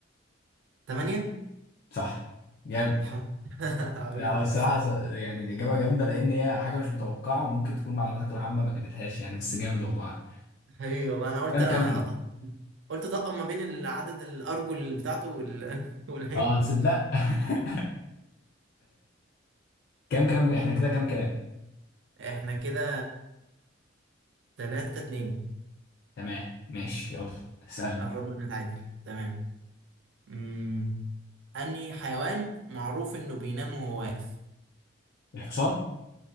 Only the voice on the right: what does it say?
ثمانية
الحمد لله <laughs> عظيم.
هي والله انا قلت
انا
أط... قلت طقم ما بين العدد الارجل بتاعته وال... <laughs> والعيب
احنا كده تلاتة اتنين
قربنا نتعادل تمام امم انهي حيوان معروف انه بينام وهو واقف